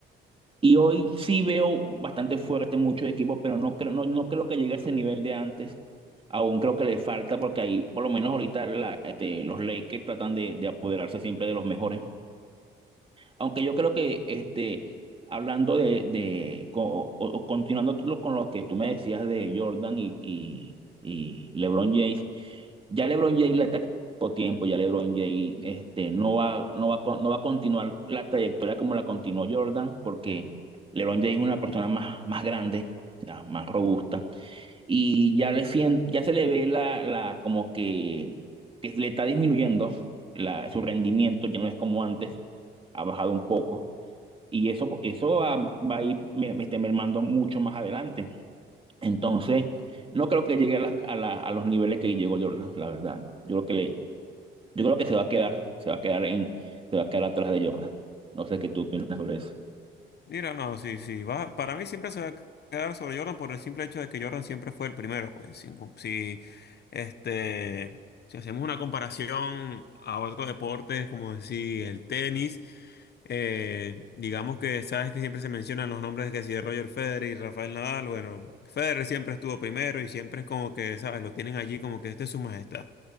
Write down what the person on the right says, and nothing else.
Y hoy sí veo bastante fuerte muchos equipos, pero no creo, no, no creo que llegue a ese nivel de antes. Aún creo que le falta porque ahí, por lo menos ahorita, la- este, los Lakers tratan de de apoderarse siempre de los mejores. Aunque yo creo que, este, hablando de, de co- o, o continuando lo- con lo que tú me decías de Jordan y, y, y LeBron James, ya LeBron James le está quitando tiempo, ya LeBron James este, no va, no va, a con- no va a continuar la trayectoria como la continuó Jordan, porque LeBron James es una persona más, más grande, o sea, más robusta y ya le sien- ya se le ve la, la como que, que le está disminuyendo la, su rendimiento, ya no es como antes, ha bajado un poco y eso, eso va, va a ir me, me está mermando mucho más adelante. Entonces, no creo que llegue a, las- a la- a los niveles que llegó Jordan, la verdad. Yo creo que le, yo creo que se va a quedar, se va a quedar en, se va a quedar atrás de Jordan. No sé qué tú opinas sobre eso.